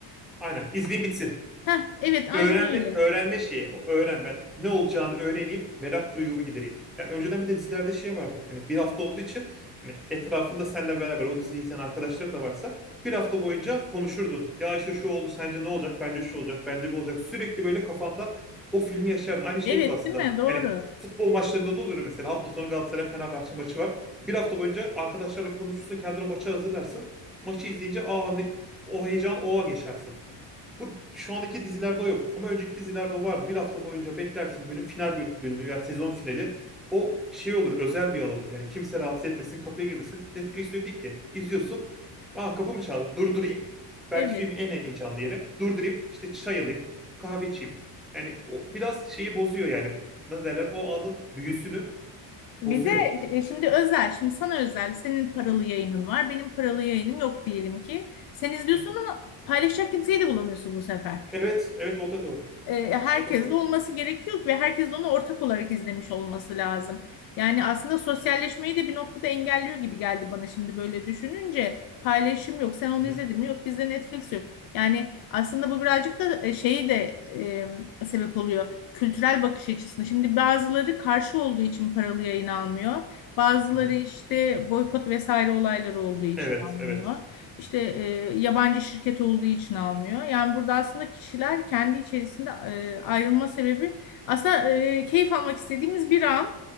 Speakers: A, in the centre; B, on the left (about 55°).
A: Aynen. İzleyin bitsin.
B: Heh, evet, aynen
A: öğrenme
B: öyle.
A: öğrenme şeyi. O öğren ben. Ne olacağını öğreneyim. Merak duygumu gidereyim. Yani önceden bir de dizilerde şey vardı. Hani bir hafta olduğu için hani etrafında seninle beraber o diziyi izleyen arkadaşların da varsa bir hafta boyunca konuşurdun. Ya işte şu oldu sence ne olacak? Bence şu olacak. Bence bu olacak. Sürekli böyle kafanda o filmi yaşardın. Aynı şey
B: Evet,
A: gibi aslında.
B: değil mi? Doğru.
A: Yani futbol maçlarında da olur mesela hafta sonu Galatasaray Fenerbahçe maçı var. Bir hafta boyunca arkadaşlarla konuşursun, kendini o maça hazırlarsın. Maçı izleyince aa ne, o heyecan o geçersin. Bu şu andaki dizilerde o yok. Ama önceki dizilerde o vardı. Bir hafta boyunca beklersin bölüm final bölüm, bölümü veya sezon finali. O şey olur, özel bir an olur. Yani kimse rahatsız etmesin, kapıya girmesin. Netflix öyle değil ki. İzliyorsun. Aa kapı mı çaldı? Durdurayım. Belki
B: Evet.
A: filmin en heyecanlı yeri. Durdurayım. işte çay alayım. Kahve içeyim. Yani o biraz şeyi bozuyor yani. Ne derler? O anın büyüsünü
B: Bir
A: bozuyor.
B: de e, şimdi özel, şimdi sana özel, senin paralı yayının var, benim paralı yayınım yok diyelim ki. Sen izliyorsun
A: Hı.
B: ama paylaşacak kimseyi de bulamıyorsun bu sefer
A: Evet, evet o da doğru.
B: e, herkes
A: O da doğru.
B: de olması gerekiyor ve herkes de onu ortak olarak izlemiş olması lazım. Yani aslında sosyalleşmeyi de bir noktada engelliyor gibi geldi bana şimdi böyle düşününce. Paylaşım yok. Sen onu
A: Hı hı.
B: izledin mi? Yok bizde Netflix yok. Yani aslında bu birazcık da e, şeyi de e, sebep oluyor. Kültürel bakış açısına. Şimdi bazıları karşı olduğu için paralı yayın almıyor. Bazıları
A: hı hı.
B: işte boykot vesaire olayları olduğu için
A: Evet,
B: almıyor.
A: evet.
B: İşte e, yabancı şirket olduğu için almıyor. Yani burada aslında kişiler kendi içerisinde e, ayrılma sebebi aslında e, keyif almak istediğimiz bir an,